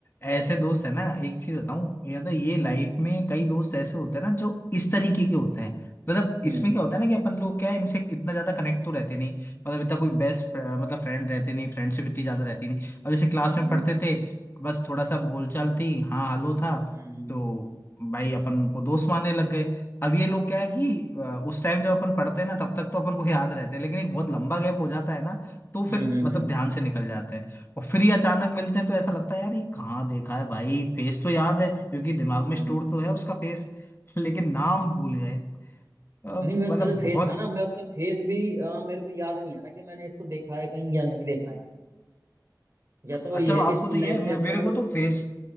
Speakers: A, on the left; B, on the right.
A: ऐसे दोस्त है ना एक चीज बताऊं मतलब ये
B: हम्म
A: लाइफ में कई दोस्त ऐसे होते हैं ना जो इस तरीके के होते हैं मतलब
B: हम्म
A: इसमें क्या होता है ना कि अपन लोग क्या है इनसे इतना ज्यादा कनेक्ट तो रहते नहीं मतलब इतना कोई बेस्ट मतलब फ्रेंड रहते नहीं फ्रेंडशिप इतनी ज्यादा रहती नहीं और जैसे क्लास
B: हाँ
A: में पढ़ते
B: यार
A: थे बस थोड़ा सा बोलचाल थी हाँ हेलो था
B: हम्म
A: तो भाई अपन को दोस्त मानने लग गए अब ये लोग क्या है कि अ, उस टाइम जब अपन पढ़ते हैं ना तब तक तो अपन को याद रहते हैं लेकिन एक बहुत लंबा गैप हो जाता है ना तो फिर
B: हम्म हम्म
A: मतलब
B: हम्म
A: ध्यान से निकल जाते हैं और फिर ये अचानक मिलते हैं तो ऐसा लगता है यार ये कहाँ देखा है भाई फेस तो याद है क्योंकि दिमाग
B: हम्म।
A: में स्टोर तो है उसका फेस <laughs> लेकिन नाम भूल गए अ, मतलब
B: नहीं मैं उसका जो फेस
A: बहुत
B: था ना मैं उसका फेस भी अ, मेरे को याद नहीं आ रहा कि मैंने इसको देखा है कहीं या नहीं देखा है या
A: अच्छा
B: तो ये
A: चलो
B: है
A: आपको
B: कि स्कूल
A: तो ये
B: लाइफ
A: है
B: से
A: मो-
B: अब
A: मेरे
B: तक वो
A: को तो फेस